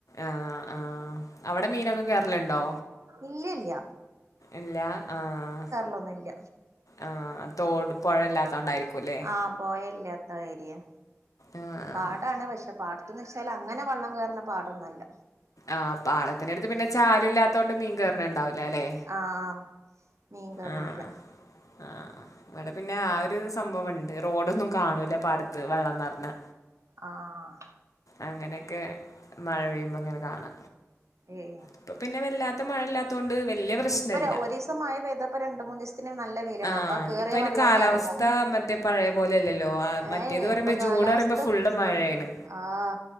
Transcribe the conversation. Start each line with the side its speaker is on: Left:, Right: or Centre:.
Left: ആഹ് ആഹ് അവിടെ മീനൊക്കെ കേറലുണ്ടോ
Right: ഇല്ല ഇല്ല
Left: ഇല്ല ആഹ്
Right: ളൊന്നുല്ല
Left: ആഹ് തോട് പൊഴ ഇല്ലാത്തോണ്ടായിരിക്കൂല്ലേ
Right: ആഹ് പൊഴല്ലാത്ത ഏര്യാ
Left: ആഹ്
Right: പാടാണ് പക്ഷെ പാടത്തന്ന് വെച്ചാല് അങ്ങനെ വെള്ളം കേറണ പാടൊന്നു അല്ല
Left: ആഹ് പാടത്തിനടുത്ത് പിന്നെ ചാലില്ലാത്ത കൊണ്ട് മീൻ കേറണ് ഇണ്ടാവില്ല ല്ലേ
Right: ആഹ് ആഹ് മീൻ കറിനില്ല
Left: ആഹ് ആഹ് ആഹ് ഇവിടെ പിന്നെ ആ ഒരു സംഭവണ്ട് റോഡൊന്നും കാണൂല്ല പാടത്ത് വെള്ളം നെറഞ്ഞാ
Right: ആഹ്
Left: അങ്ങനെയെക്കെ മഴ പെയ്യുമ്പോ ഇങ്ങനെ കാണാം
Right: ഏയ്
Left: ഇപ്പൊ പിന്നെ വല്ലാത്ത മഴ ഇല്ലാത്തോണ്ട് വലിയ പ്രശ്നമില്ല
Right: ഉം ഇപ്പൊ ര് ഒരീസം മയ പെയ്തപ്പോ രണ്ട് മൂന്നീസം ത്തിന് നല്ല വെയ്ലാണ്
Left: ആ
Right: അപ്പൊ കേറിയ
Left: ഇപ്പൊ അതിന്
Right: വെള്ളാണ്ട്
Left: കാലാവസ്ഥ
Right: എറങ്ങും
Left: മറ്റേ പഴയ പോലെ അല്ലല്ലോ ആ, മറ്റേത്
Right: ഏയ്
Left: പറയുമ്പോ
Right: ഇപ്പൊ കാലാവസ്ഥ
Left: ജൂൺ പറയുമ്പോ ഫുള്ള് മഴയാണ്
Right: ആഹ്